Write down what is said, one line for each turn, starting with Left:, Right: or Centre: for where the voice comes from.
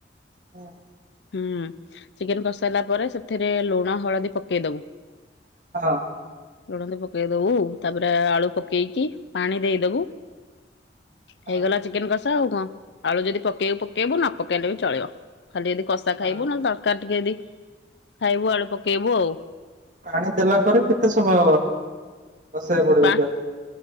Right: ହଁ।
Left: ହୁଁ ଚିକେନ କଷିସାଇଲା ପରେ ସେ ସେଥିରେ ଲୁଣ ହଳଦି ପକେଇ ଦବୁ।
Right: ହଁ
Left: ଲୁଣ ହଳଦୀ ପକେଇଦବୁ ତାପରେ ଆଳୁ ପକେଇକି ପାଣି ଦେଇଦବୁ। ହେଇଗଲା
Right: ହଁ
Left: ଚିକେନ କଷା ଆଉ କଣ ଆଳୁ ଯଦି ପକେଇବୁ ପକେଇବୁ ନ ପକେଇଲେ ବି ଚଳିବ ଖାଲି ଏମିତି କଷା ଖାଇବୁ
Right: ହଁ
Left: ନହେଲେ ତର। ତରକାରୀ ଟିକେ ଯଦି ଖାଇବୁ ଆଳୁ ପକେଇବୁ ଆଉ।
Right: ପାଣି ଦେଲା ପରେ କେତେ ସମୟ ବସେଇବାକୁ ପଡିବ
Left: ପା।
Right: ଗ୍ୟାସ